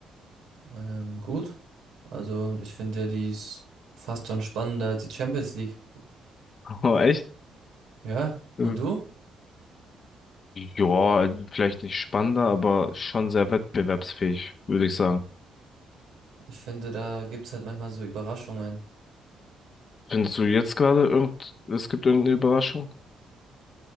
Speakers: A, on the right; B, on the left.
A: Ähm, gut. Also ich finde, ja, die ist fast schon spannender als die Champions League.
B: <laughs> Oh, echt?
A: Ja,
B: Ähm,
A: und du?
B: Ja, vielleicht nicht spannender, aber schon sehr wettbewerbsfähig, würde ich sagen.
A: Ich finde, da gibt's halt manchmal so Überraschungen.
B: Findest du jetzt gerade irgend, es gibt irgendeine Überraschung?